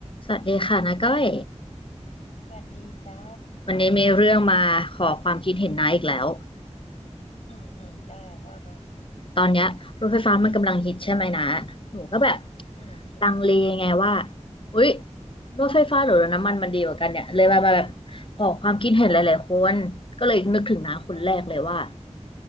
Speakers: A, on the left; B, on the left.
A: สวัสดีค่ะนาก้อย
B: สวัสดีจ้า
A: วันนี้มีเรื่องมาขอความคิดเห็นนาอีกแล้ว
B: อืมอืมได้ว่ามา
A: ตอนเนี้ยรถไฟฟ้ามันกำลังฮิตใช่ไหมนะหนูก็แบบ
B: อืมใช่
A: ลังเลไงว่าอุ๊ยรถไฟฟ้าหรือรถน้ำมันมันดีกว่ากันเนี่ยเลยมามาแบบขอความคิดเห็นหลายๆคนก็เลยนึกถึงน้าคนแรกเลยว่า
B: อืม